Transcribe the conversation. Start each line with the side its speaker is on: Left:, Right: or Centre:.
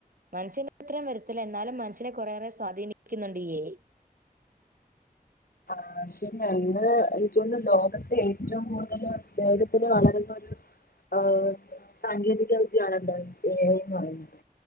Right: മനുഷ്യന്റെ അത്രേം വരുത്തില്ല എന്നാലും മനസ്സിനെ കുറെയേറെ സ്വാധീനിക്കുന്നുണ്ട് ഈ എ ഐ
Left: ആഹ് <unintelligible> എനിക്ക് തോന്ന് ലോകത്തെ ഏറ്റവും കൂടുതല് വേഗത്തില് വളരുന്നൊരു ഏഹ് സാങ്കേതികവിദ്യയാണ് എന്ത് ഏ ഐ എന്ന് പറയുന്നത്